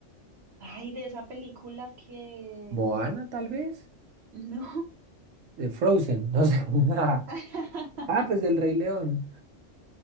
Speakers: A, on the right; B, on the right.
A: Ay, de esa película que...
B: Moana, tal vez,
A: No.
B: de Frozen, no sé. <laughs>
A: <laughs>
B: Ah, pues del Rey León.